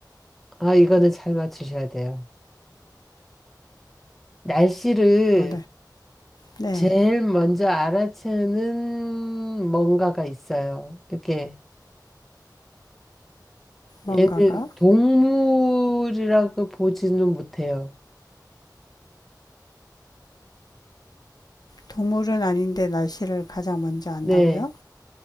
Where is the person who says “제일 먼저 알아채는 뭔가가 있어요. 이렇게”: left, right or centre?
Centre